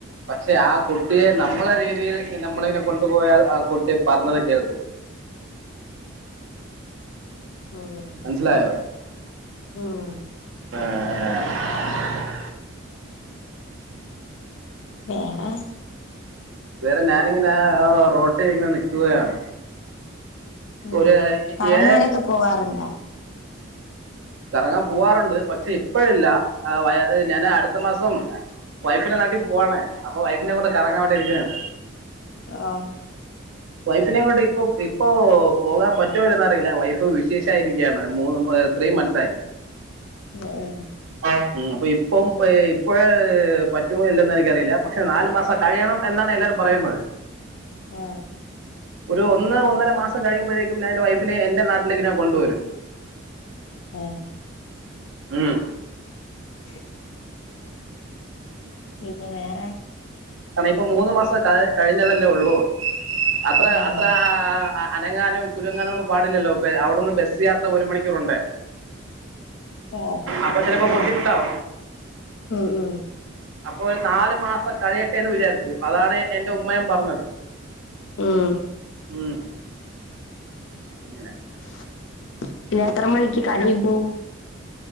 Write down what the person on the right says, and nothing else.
പക്ഷെ ആ കുട്ടിയെ നമ്മള രീതിയിൽ നമ്മളയിനെ കൊണ്ടുപോയാൽ ആ കുട്ടി പറഞ്ഞത് കേൾക്കും
മനസ്സിലായോ
ആ ആ
വേറെ ഞാനിങ്ങനെ റോട്ടി ഇങ്ങനെ നിക്കുകയാണ്
ഒരു
ഏഴ്
കറങ്ങാൻ പൂവാറുണ്ട് പക്ഷെ ഇപ്പഴില്ല ഞാന് അടുത്ത മാസം വൈഫിന്റെ നാട്ടിൽ പോവാണ് അപ്പൊ വൈഫിനെ കൊണ്ട് കറങ്ങാൻ വേണ്ടിരിക്കുകയാണ്
വൈഫിനേം കൊണ്ട് ഇപ്പൊ ഇപ്പൊ പോകാൻ പറ്റുമല്ലന്ന് അറിയില്ല വൈഫ് വിശേഷായിരിക്കയാണ് മൂന്ന് ത്രീ മന്ത്സ്‌ തൈ
ഉ അപ്പൊ ഇപ്പം ഇപ്പോഴ പറ്റോ ഇല്ലന്ന് എനിക്കറിയില്ല പക്ഷെ നാല് മാസം കഴിയണം എന്നാണ് എല്ലാരും പറയുന്നത്
ഒരു ഒന്ന് ഒന്നര മാസം കഴിയുമ്പോഴേക്കും ഞാൻ എന്റെ വൈഫിനെ എൻറെ നാട്ടിലേക്ക് ഞാൻ കൊണ്ടുവരും
ഉം
കണം ഇപ്പൊ മൂന്ന് മാസം കഴ് കഴിഞ്ഞതല്ലേ ഒള്ളൂ അത്ര
അത്രാ അനങ്ങാനോ കുല്ങ്ങാനോ ഒന്നും പാടില്ലല്ലോ ബെ അവിടുന്ന് ബെസ് യാത്ര ഒരു മണിക്കൂറുണ്ട്
അപ്പച്ചിലപ്പോ പാെട്ടി ത്തൗ
അപ്പോ ഒര് നാല് മാസം കഴി യട്ടെന്ന് വിചാരിച്ചു അതാണ് എന്റെ ഉമ്മയും പറ ന്നത്
ഉം അങ്ങനെ